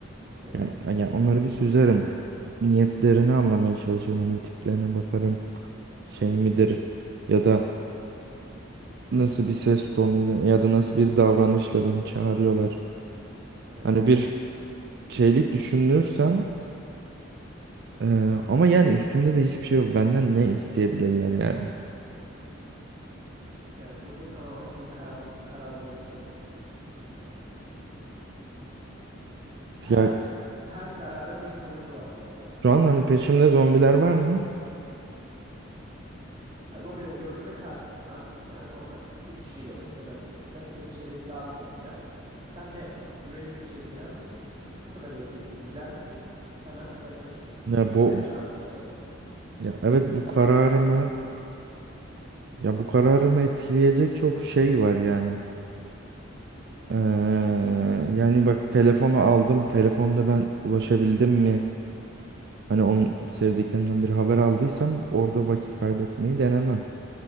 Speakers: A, on the right; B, on the right.
A: Evet.
B: yani, yani onları bir süzerim. Niyetlerini anlamaya çalışırım. Hani tiplerine bakarım şey midir ya da nasıl bir ses tonuyla ya da nasıl bir davranışla beni çağırıyorlar.
A: Evet.
B: Hani bir şeylik düşünürsem Ee, ama yani üstümde de hiçbir şey yok. Benden ne isteyebilirler yani?
A: Yani burada tamamen senin karan- kararlarına bıraktım. Her
B: Ya
A: her kararın bir sonucu var bu arada.
B: şu an hani
A: Ona
B: peşimde
A: göre
B: zombiler var mı?
A: Ha, zombileri gördün ve kaçtın. Şu an yani normal 3 kişi gördün sığınak kurmuşlar. Seni içeri davet ettiler. Sen ne yaparsın? Güvenip içeri girer misin? Kapıda bekleyip izler misin? Hemen uzaklaşır mısın?
B: Ya
A: Yani izleme
B: bu
A: şansın da var uzaktan onları.
B: ya evet bu kararımı ya bu kararımı etkileyecek çok şey var yani. Ee, yani bak telefonu aldım. Telefonda ben ulaşabildim mi? Hani onun
A: Evet.
B: sevdiklerimden bir haber aldıysam orada vakit kaybetmeyi denemem.